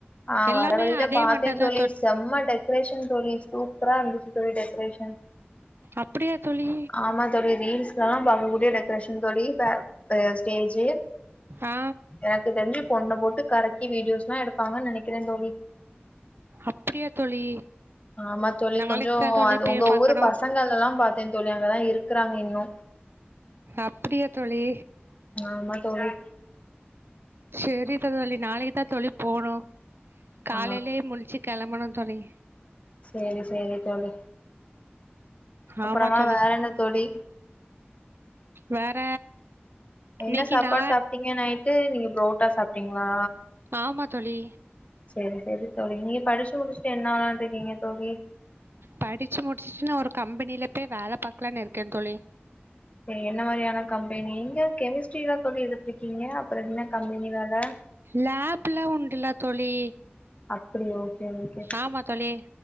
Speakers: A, on the left (about 35°); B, on the right (about 65°).
A: ஆ
B: எல்லாமே
A: வற்ர வழில
B: அதே
A: பாத்தே
B: வண்டதா
A: தோழி செம்ம டெக் ரேஷன் தோழி சூப்பரா இருந்துச்சு தோழி டெக்கரேஷன்
B: அப்டியா தோழி
A: ஆமா தோழி ரீல்ஸ்லலா பாக்க கூடிய டெக்கரேஷன் தோழி ப அ ஸ்டேஜு
B: ஆ
A: எனக்கு தெரிஞ்சு பொண்ன போட்டு கரக்கி வீடியோஸ்லா எடுப்பாங்கன் நெனக்கிறே தோழி
B: அப்டியா தோழி
A: ஆமா தோழி
B: நாளைக்கு
A: கொஞ்சோ
B: தான் தோழி
A: அது
B: போய்
A: உங்க
B: பார்க்கணும்
A: ஊரூ பசங்களல்லா பாத்தே தோழி அங்கதா இருக்கறாங்க இன்னு
B: அப்டியா தோழி
A: ஆமா தோழி
B: சரி தோழி நாளைக்கு தா தோழி போவனு காலையிலே
A: ஆ
B: முழிச்சு கெளம்பணு தோழி
A: சரி சரி தோழி அப்பறமா
B: ஆமா தோழி
A: வேற என்ன தோழி
B: வேற இன்னைக்கு
A: என்ன சாப்பாடு
B: நா
A: சாப்ட்டீங்க நயிட்டு நீங்க புரோட்டா சாப்ட்டீங்களா
B: ஆமா தோழி
A: சரி சரி தோழி நீங்க படிச்சு முடிச்சுட்டு என்ன ஆளான்ட்டு இருக்கீங்க தோழி
B: படிச்சு முடிச்சிட்டு ஒரு கம்பெனில போய் வேல பாக்கலாம்னு இருக்கே தோழி
A: சரி என்ன மாதிரியான கம்பெனி இங்க கெமிஸ்ட்ரில்ல தோழி எடுத்துருக்கீங்க அப்புற என்ன கம்பெனி வேல
B: லாப்லா உண்டுலா தோழி
A: அப்டிய ஓகே ஓகே
B: ஆமா தோழி